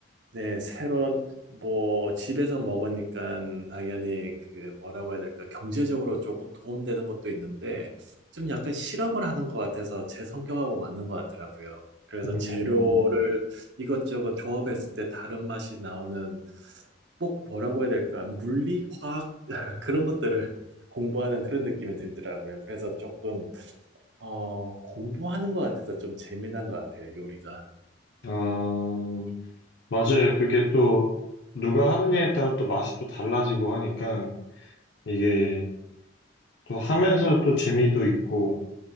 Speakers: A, on the right (about 65°); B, on the left (about 65°).
A: 네, 새로운 뭐 집에서 먹으니까 당연히 그 뭐라고 해야 될까 경제적으로 조금 도움되는 것도 있는데 좀 약간 실험을 하는 것 같아서 제 성격하고 맞는 것 같더라고요. 그래서
B: 음,
A: 재료를 이것저것 조합했을 때 다른 맛이 나오는 꼭 뭐라고 해야 될까? 물리, 화학 <laughs> 그런 것들을 공부하는 그런 느낌이 들더라고요. 그래서 조금 어, 공부하는 것 같아서 좀 재미난 것 같아요, 요리가.
B: 아, 맞아요. 그게 또 누가 하느냐에 따라 또 맛이 또 달라지고 하니까 이게 또 하면서 또 재미도 있고.